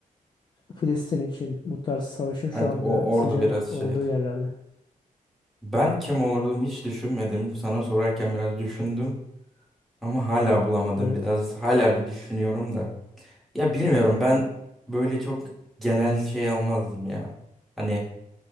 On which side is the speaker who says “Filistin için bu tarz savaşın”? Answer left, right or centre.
Left